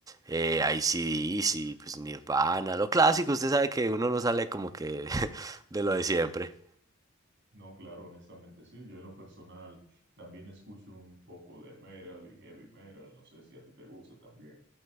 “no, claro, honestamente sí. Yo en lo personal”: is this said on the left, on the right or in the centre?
Right